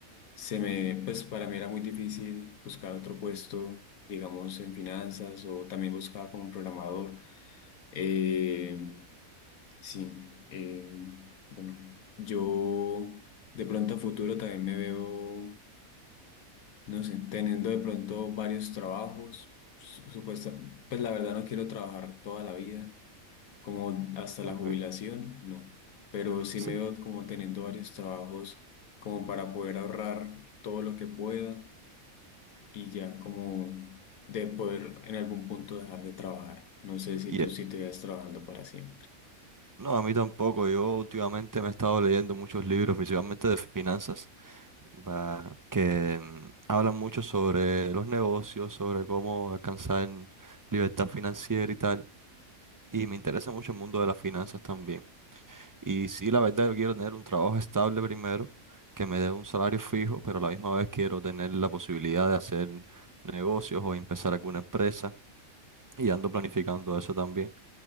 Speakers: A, on the left; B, on the right.
A: se me, pues para mí era muy difícil buscar otro puesto, digamos, en finanzas o también buscaba como un programador. Eh, Sí, eh, bueno, yo de pronto a futuro también me veo, no sé, teniendo de pronto varios trabajos, su- supuesta, pues la verdad no quiero trabajar toda la vida, como hasta
B: Ok.
A: la jubilación, no, pero sí
B: Sí.
A: me veo como teniendo varios trabajos como para poder ahorrar todo lo que pueda y ya como de poder en algún punto dejar de trabajar. No sé si
B: y,
A: tú sí te veas trabajando para siempre.
B: No, a mí tampoco. Yo últimamente me he estado leyendo muchos libros, principalmente de finanzas, va- que mm, hablan mucho sobre los negocios, sobre cómo alcanzar libertad financiera y tal. Y me interesa mucho el mundo de las finanzas también. Y sí, la verdad, yo quiero tener un trabajo estable primero, que me dé un salario fijo, pero a la misma vez quiero tener la posibilidad de hacer negocios o empezar alguna empresa. Y ando planificando eso también.